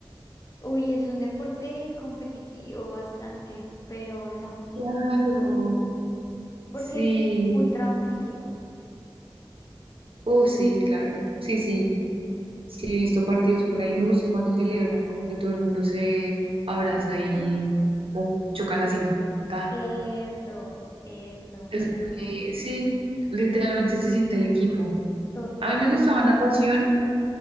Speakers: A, on the left; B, on the right.
A: Uy, es un deporte competitivo bastante, pero no,
B: Claro,
A: mm, porque
B: sí,
A: es un trabajo en equipo.
B: oh sí, claro, sí, sí, sí, he visto partidos por ahí. Me gusta cuando celebran, como que todo el mundo se abraza y
A: Uf,
B: oh, chocan
A: súper.
B: las cinco. Ta.
A: Eso, eso,
B: Es muy- sí, literalmente se siente el equipo.
A: total.
B: A mí me gustaba natación